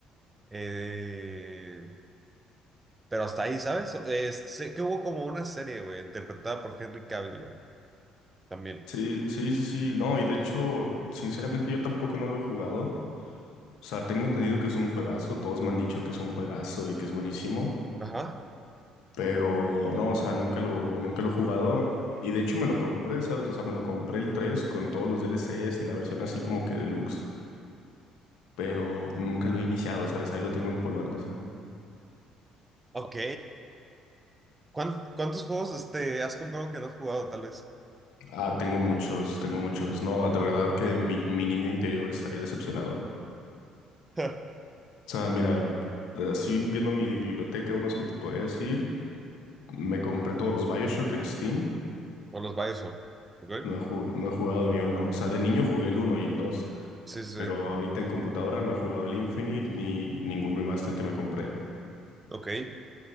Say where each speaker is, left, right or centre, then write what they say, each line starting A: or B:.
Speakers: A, on the right; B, on the left.
A: eh, pero hasta ahí, ¿sabes? So- es- sé que hubo como una serie, güey, interpretada por Henry Cavill, güey, también.
B: Sí, sí, sí, sí. No, y de hecho, sinceramente yo tampoco no lo he jugado. O sea, tengo entendido que es un juegazo. Todos me han dicho que es un juegazo y que es buenísimo.
A: Ajá,
B: Pero no, o sea, nunca lo, nunca lo he jugado. Y de hecho me lo compré, ¿sabes? O sea, me lo compré el 3 con todos los DLCs y la versión así como que deluxe. Pero nunca lo he iniciado, ¿sabes? Ahí lo tengo empolvándose.
A: ok. ¿Cuán- ¿Cuántos juegos, este, has comprado que no has jugado, tal vez?
B: Ah, tengo muchos, tengo muchos. No, de verdad que mi, mi niño interior estaría decepcionado.
A: <laughs>
B: O sea, mira, así viendo mi biblioteca, unos que te podría decir, me compré todos los BioShock en Steam.
A: O los bioshock son, ¿ok?
B: No he, ju- no he jugado ni uno. O sea, de niño jugué el uno y el dos,
A: Sí, sí, sí,
B: pero ahorita en computadora no he jugado el Infinite ni ningún remaster que me compré.
A: ok,